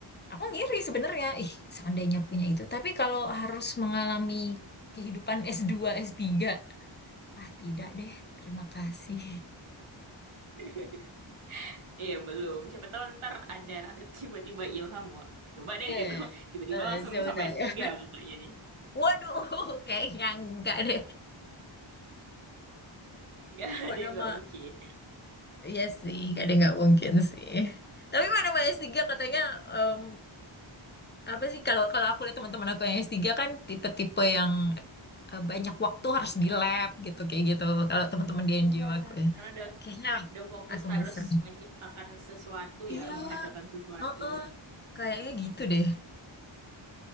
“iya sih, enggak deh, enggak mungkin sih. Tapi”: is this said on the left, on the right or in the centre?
Left